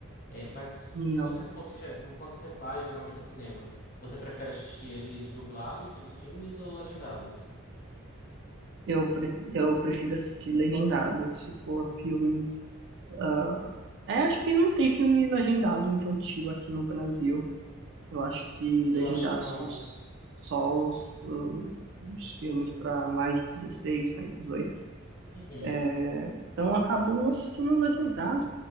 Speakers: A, on the left; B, on the right.
A: É, mas
B: Não.
A: se você fosse. já- Quando você vai geralmente ao cinema, você prefere assistir eles dublados, os filmes, ou legendados?
B: Eu, pre eu prefiro assistir legendado, se for
A: Uhum.
B: filmes. ah, é, acho que não tem filme legendado infantil aqui no Brasil. Eu acho que
A: Eu
B: legendados
A: acho que não.
B: são s- só os, hum, os filmes para mais de 16, mais dezoito
A: Uhum.
B: É, então eu acabo assistindo legendado